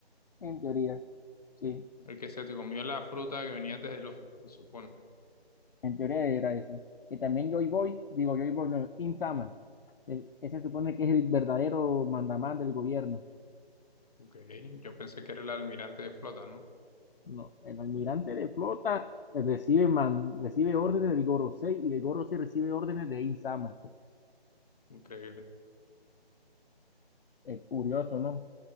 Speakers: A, on the left; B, on the left.
A: En teoría, sí.
B: El que se te comió la fruta que venía antes de Luffy, se supone.
A: En teoría era ese. Y también Joy Boy, digo Joy Boy, no, Insama. El- ese se supone que es el verdadero mandamás del gobierno.
B: Ok, yo pensé que era el almirante de flota, ¿no?
A: No, el almirante de flota eh, recibe, man, recibe órdenes del Gorosei y el Gorosei recibe órdenes de Insama.
B: Increíble.
A: Es curioso, ¿no?